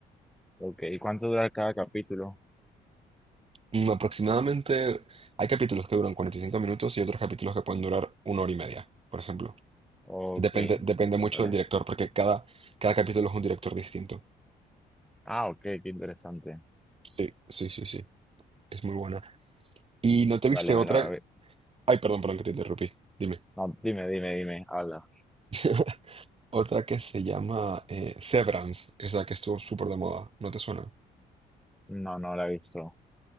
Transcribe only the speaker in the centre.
Ok. ¿Y cuánto dura cada capítulo?
Ok.
Vale.
Ah, ok, qué interesante.
Vale,
me la...
No, dime, dime, dime. Habla.
No, no la he visto.